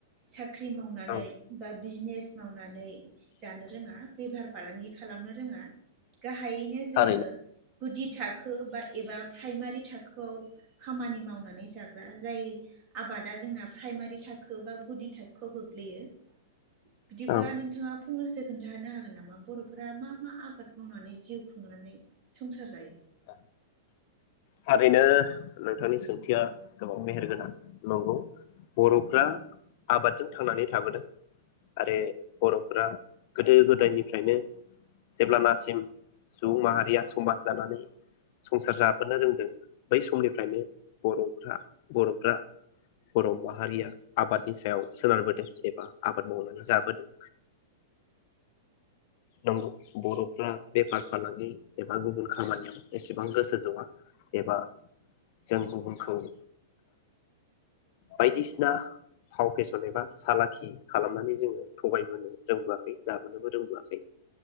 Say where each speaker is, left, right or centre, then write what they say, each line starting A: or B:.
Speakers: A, on the right; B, on the left.
A: साख ख्रि मावनानै।
B: औ
A: बा बिजनेस मावनानै। जानो रोङा बेफार फालांगि। खालामनो रोङा। गाहायैनो जोङो
B: थारैनो
A: गुदि थाखो बा एबा प्राइमारि थाखोआव खामानि मावनानै जाग्रा जाय आबादा जोंना प्राइमारि थाखो बा गुदि थाखोआव गोग्लैयो। बिदिब्ला
B: औ
A: नोंथाङा फंनैसो खोन्थाहो हागोन नामा बर फोरा मा मा आबाद मावनानै जिउ खुंनानै संसार जायो।
B: ओ थारैनो नोंथांनि सोंथिया गोबां मेहेरगोनां नंगौ बरफ्रा आबादजों थांनानै थाबोदों आरो बरफोरा गोदो गोदायनिफ्रायनो जेब्लानासिम सुबुं माहारिया समाज दानानै संसार जाबोनो रोंदों बै समनिफ्रायनो बरफ्रा बरफ्रा बर माहारिया आबादनि सायाव सोनारबोदों एबा आबाद मावनानै जाबोदों नंगौ बरफ्रा बेफार फालांगि एबा गुबुन खामानियाव एसेबां गोसो जवा एबा जों गुबुनखौ ओ बायदिसिना फाव फेसन एबा सालाखि खालामनानै जोङो थगायबोनो रोंबोआखै जाबोनोबो रोंबोआखै